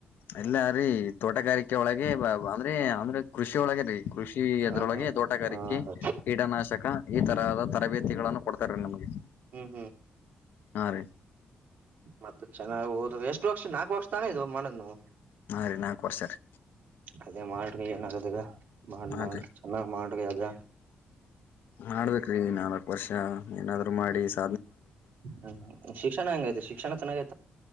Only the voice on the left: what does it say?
ಇಲ್ಲ ರೀ ತೋಟಗಾರಿಕೆ ಒಳಗೆ ಬ ಬ ಅಂದ್ರೆ. ಅಂದ್ರೆ ಕೃಷಿ ಒಳಗರೀ. ಕೃಷಿ ಅದ್ರೊಳಗೆ
ತೋಟಗಾರಿಕೆ
ಕೀಟನಾಶಕ ಈ ತರದ ತರಬೇತಿಗಳನ್ನು ಕೊಡ್ತಾರ ರೀ ನಮ್ಗೆ
ಹಾ ರೀ.
ಹಾ ರೀ ನಾಲ್ಕು ವರ್ಷ ರೀ.
ಹಾ
ರೀ
ಮಾಡ್ಬೇಕ್ರಿ ನಾಲ್ಕ್ ವರ್ಷ ಏನಾದ್ರು ಮಾಡಿ ಸ್